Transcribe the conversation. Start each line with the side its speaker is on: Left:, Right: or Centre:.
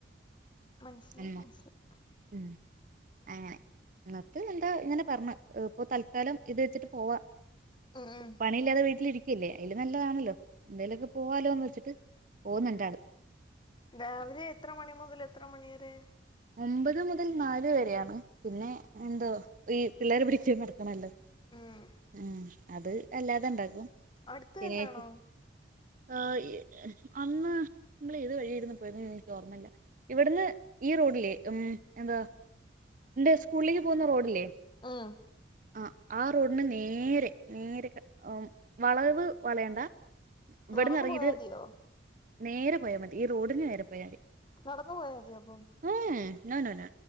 Left: മനസ്സിലായി
Right: എന്ന്
Left: മനസ്സിലായി
Right: ഉം അങ്ങനെ എന്നിട്ട് എന്താ ഇങ്ങനെ പറഞ്ഞു ഇപ്പൊ തൽക്കാലം ഇതെച്ചിട്ട് പോവാ
Left: ഉം ഉം
Right: പ യില്ലാതെ വീട്ടിലിരിക്കല്ലേ അയില് നല്ലതാണല്ലൊ എന്തേലൊക്കെ പൂവാലോ എന്നോച്ചിട്ട് പോവുന്നൊണ്ടാള്.
Left: രാവിലെ എത്ര മണി മുതൽ എത്ര മണിവരെ.
Right: ഒമ്പത് മുതൽ നാല് വരെയാണ് പിന്നെ എന്തോ ഈ പിള്ളേരെ പിടിച്ച് നടക്കണല്ലോ.
Left: ഉം
Right: ആഹം അത് അല്ലാതെണ്ടാക്കും
Left: അടുത്ത്
Right: ശനിയാ
Left: തന്നാണോ
Right: ആയി അന്ന് നമ്മൾ ഏത് വഴിയാരുന്നു പോയത് എനിക്ക് ഓർമ്മല്ല. ഇവിട്ന്ന് ഈ റോഡ്. ഉം എന്താ ഉസ്കൂളിലേക്ക് പോവുന്ന റോഡില്ലെ
Left: ഉം
Right: അഹ് ആ റോഡിന് നേരെ നേരെക വളവ് വളയണ്ട. ഇവിട്ന്ന്
Left: നടന്നു
Right: എറങ്ങീട്ട്
Left: പോയാതിയോ
Right: നേരെ പോയാമതി ഈ റോഡിന് നേരെ പോയമതി.
Left: നടന്ന് പോയാമതിയൊ അപ്പം.
Right: ഏഹ് നൊ നോ നൊ